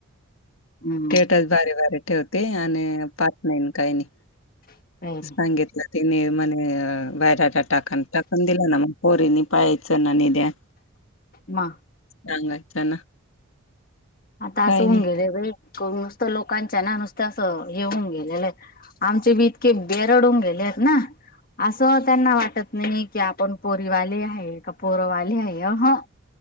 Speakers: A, on the left; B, on the left.
A: हम्म
B: तेटच. भारे वारे ठेवते आणि पात नाहीन काही नाही.
A: काही नाही
B: सांगितलं तिने मणे बाहेर टाक टाकून दिला ना मग. पोर नि पाययचं ना नीद्या.
A: म
B: चांगाच हे ना.
A: आता
B: काही
A: असं होऊन
B: नाही,
A: गेले नुसतं, लोकांच्या ना नुसत असं हे होऊन गेलेलं आहे. आमचे बी इतके बेरडून गेले आहेत ना. असं त्यांना वाटत नाही की, आपण पोरीवाले आहे का पोरवाले आहे अहं.